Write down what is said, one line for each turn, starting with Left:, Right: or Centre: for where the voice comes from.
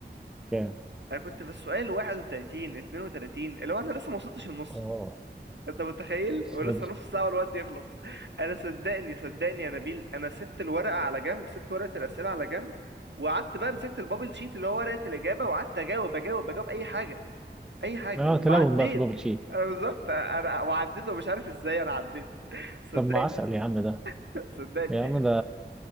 Centre: كام
Right: انا كنت في السؤال 31 32 اللي هو انا لسه ما وصلتش النص
Centre: اه
Right: انت متخيل
Centre: بس
Right: ولسه
Centre: بدري
Right: نص ساعه والوقت يخلص انا صدقني صدقني يا نبيل انا سبت الورقه على جنب سبت ورقه الاسئله على جنب وقعدت بقى مسكت البابل شيت اللي هو ورقه الاجابه وقعدت اجاوب اجاوب اجاوب اي حاجه اي حاجه
Centre: اه
Right: وعديت
Centre: تلون بقى في البابل شيت
Right: انا بالظبط انا وعديت ومش عارف ازاي انا عديت صدقني
Centre: طب ما عسل يا عم ده
Right: <laughs> صدقني
Centre: يا عم ده